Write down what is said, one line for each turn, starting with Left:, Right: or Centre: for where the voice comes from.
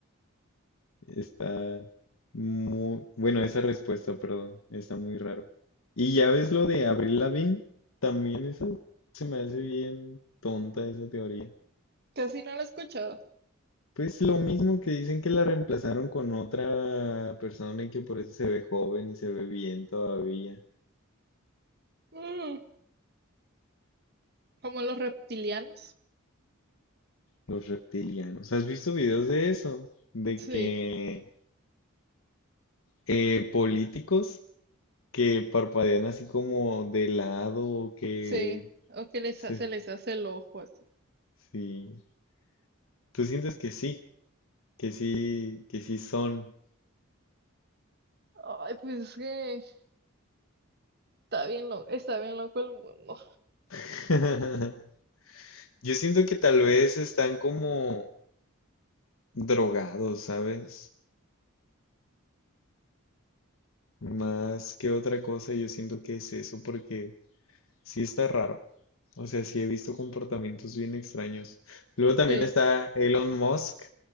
Left: Está muy, bueno, esa respuesta, perdón, está muy raro. Y ya ves lo de Avril Lavigne, también esa se me hace bien tonta esa teoría.
Right: casi no lo he escuchado.
Left: Pues lo mismo que dicen que la reemplazaron con otra persona y que por eso se ve joven y se ve bien todavía.
Right: Mm, como los reptilianos.
Left: Los reptilianos. ¿Has visto videos de eso? De
Right: Sí,
Left: que eh, políticos que parpadean así como de lado o que...
Right: sí. O que les
Left: Sí,
Right: ha- se les hace el ojo así.
Left: sí. ¿Tú sientes que sí? Que sí, que sí son.
Right: Ay, pues es que está bien loco, está bien loco el mundo.
Left: <laughs> Yo siento que tal vez están como drogados, ¿sabes? Más que otra cosa, yo siento que es eso porque sí está raro. O sea, sí he visto comportamientos bien extraños. Luego también
Right: Sí.
Left: está Elon Musk,